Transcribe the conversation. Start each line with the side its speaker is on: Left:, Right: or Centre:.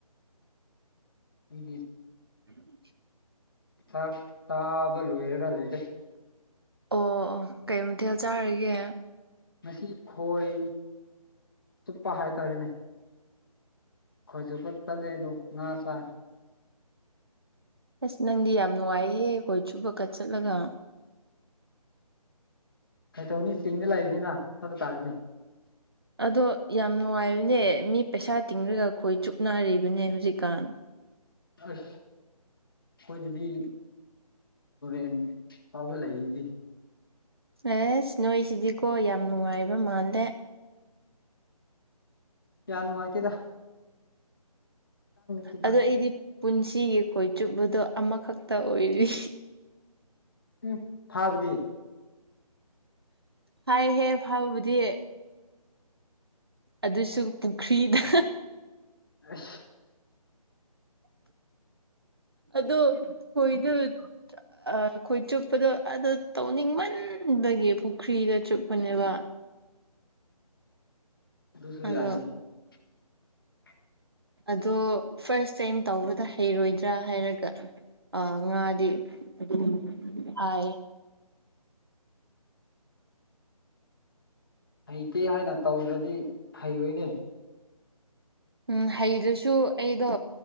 Left: ꯗꯤ
Right: ꯎꯝ
Left: ꯆꯥꯛ ꯇꯥꯕ ꯂꯣꯏꯔꯒ ꯂꯩ
Right: ꯑꯣ ꯑꯣ ꯀꯩ ꯃꯊꯦꯜ ꯆꯥꯔꯒꯦ
Left: ꯉꯁꯤ ꯈꯣꯏ ꯆꯨꯞꯄ ꯍꯥꯏꯇꯥꯔꯦꯅꯦ ꯈꯣꯏꯁꯨ ꯀꯠꯠꯇꯂꯦ ꯑꯗꯨꯣ ꯉꯥ ꯆꯥꯔꯦ
Right: ꯑꯁ ꯅꯪꯗꯤ ꯌꯥꯝ ꯅꯨꯡꯉꯥꯏꯍꯦ ꯑꯩꯈꯣꯏ ꯆꯨꯞꯕ ꯀꯠ ꯆꯠꯂꯒ
Left: ꯀꯩꯗꯧꯅꯤ ꯆꯤꯡꯗ ꯂꯩꯕꯅꯤꯅ ꯆꯠꯄ ꯇꯥꯔꯅꯦ
Right: ꯑꯗꯣ ꯌꯥꯝ ꯅꯨꯡꯉꯥꯏꯕꯅꯦ ꯃꯤ ꯄꯩꯁꯥ ꯇꯤꯡꯔꯒ ꯑꯩꯈꯣꯏ ꯆꯨꯞꯅꯔꯤꯕꯅꯦ ꯍꯧꯖꯤꯛꯀꯥꯟ
Left: ꯑꯁ ꯑꯩꯈꯣꯏꯗꯗꯤ ꯦꯟ ꯐꯥꯎꯕ ꯂꯩꯗꯤ
Right: ꯑꯦꯁ ꯅꯣꯏꯁꯤꯗꯤꯀꯣ ꯌꯥꯝ ꯅꯨꯡꯉꯥꯏꯕ ꯃꯥꯜꯂꯦ
Left: ꯀꯌꯥ ꯅꯨꯅꯨꯡꯉꯥꯏꯇꯤꯗ ꯈꯤꯇꯪ
Right: ꯑꯗꯣ ꯑꯩꯗꯤ ꯄꯨꯟꯁꯤꯒꯤ ꯈꯣꯏ ꯆꯨꯞꯕꯗꯣ ꯑꯃꯈꯛꯇ ꯑꯣꯏꯔꯤ
Left: ꯎꯝ ꯊꯥꯕꯗꯤ
Right: ꯍꯥꯏꯍꯦ ꯐꯥꯎꯕꯕꯨꯗꯤ ꯑꯗꯨꯁꯨ ꯄꯨꯈ꯭ꯔꯤꯗ
Left: ꯑ
Right: ꯑꯗꯣ ꯍꯣꯏꯗ ꯑꯩꯈꯣꯏ ꯆꯨꯞꯄꯗꯣ ꯑꯗ ꯇꯧꯅꯤꯡꯃꯟꯕꯒꯤ ꯄꯨꯈ꯭ꯔꯤꯗ ꯆꯨꯞꯄꯅꯦꯕ
Left: ꯑꯗꯨꯁꯨ
Right: ꯑꯗꯣ
Left: <unintelligible>
Right: ꯑꯗꯣ ꯐꯥꯔꯁ ꯇꯥꯏꯝ ꯇꯧꯕꯗ ꯍꯩꯔꯣꯏꯗ꯭ꯔꯥ ꯍꯥꯏꯔꯒ ꯑꯥ ꯉꯥꯗꯤ ꯑꯗꯨ ꯍꯥꯏꯌꯦ
Left: ꯍꯩꯇꯦ ꯍꯥꯏꯅ ꯇꯧ꯭ꯔꯗꯤ ꯍꯩꯔꯣꯏꯅꯦ
Right: ꯎꯝ ꯍꯩꯗꯁꯨ ꯑꯩꯗꯣ